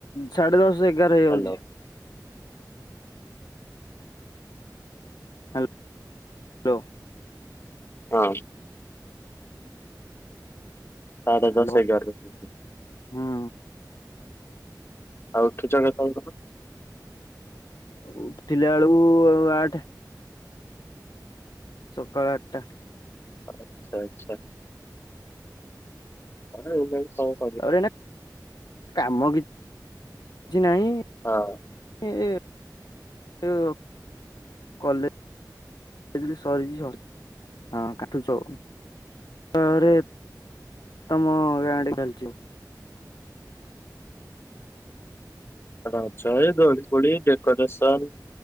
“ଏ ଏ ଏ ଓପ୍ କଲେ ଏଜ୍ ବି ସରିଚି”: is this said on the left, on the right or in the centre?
Left